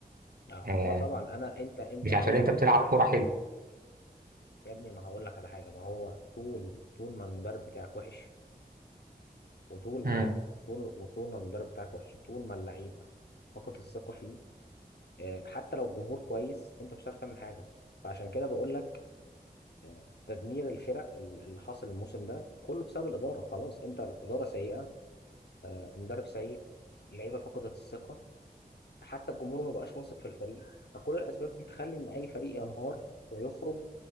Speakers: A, on the left; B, on the right.
A: آه، ما
B: آه،
A: هو طبعا انا انت انت
B: مش
A: اول
B: عشان أنت بتلعب كورة
A: يا ابني ما هقول لك على حاجه ما هو طول طول ما المدرب بتاعك وحش وطول
B: حلو
A: ما طول وطول ما المدرب بتاعك وحش طول ما اللعيبه فقدت الثقه فيه آه، حتى لو الجمهور كويس انت مش هتعرف تعمل حاجه فعشان كده بقول لك آه، تدمير الفرق ال- اللي حاصل الموسم ده كله بسبب الاداره خلاص انت الاداره سيئه آه، المدرب سيء اللعيبه فقدت الثقه حتى الجمهور ما بقاش واثق في الفريق فكل الاسباب دي تخلي ان اي فريق ينهار ويخرج